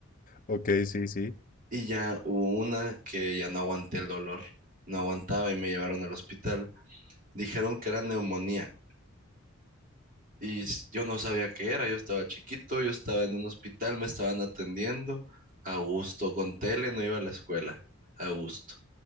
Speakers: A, on the left (about 40°); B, on the right (about 40°).
A: Ok, sí, sí.
B: Y ya hubo una que ya no aguanté el dolor. No aguantaba y me llevaron al hospital. Dijeron que era neumonía. Y s- yo no sabía qué era. Yo estaba chiquito, yo estaba en un hospital, me estaban atendiendo. A gusto, con tele, no iba a la escuela. A gusto.